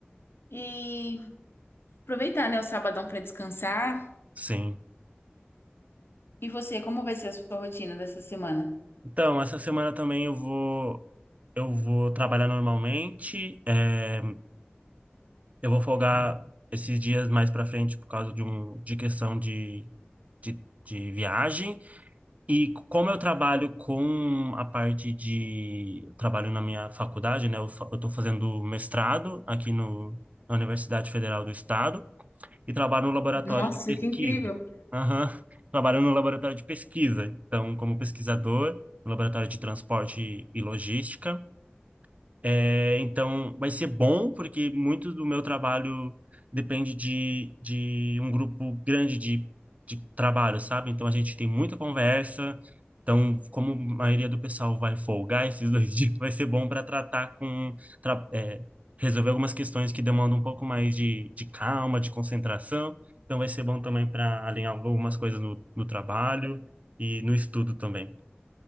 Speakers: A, on the left; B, on the right.
A: e aproveitar, né, o sabadão para descansar.
B: sim.
A: E você, como vai ser a sua rotina dessa semana?
B: Então, essa semana também eu vou, eu vou trabalhar normalmente. É, eu vou folgar esses dias mais para frente por causa de, um, de questão de, de de viagem. E como eu trabalho com a parte de. eu Trabalho na minha faculdade, né? Eu estou fazendo mestrado aqui no, na Universidade Federal do Estado e trabalho no laboratório
A: Nossa,
B: de pesquisa.
A: que incrível!
B: Aham. Trabalho no laboratório de pesquisa. Então, como pesquisador, no laboratório de transporte e logística. É, então, vai ser bom, porque muito do meu trabalho depende de, de um grupo grande de, de trabalho, sabe? Então, a gente tem muita conversa. Então, como a maioria do pessoal vai folgar esses dois <laughs> dias, vai ser bom para tratar com, tra- é, resolver algumas questões que demandam um pouco mais de, de calma, de concentração. Então, vai ser bom também para alinhar algumas coisas no, no trabalho e no estudo também.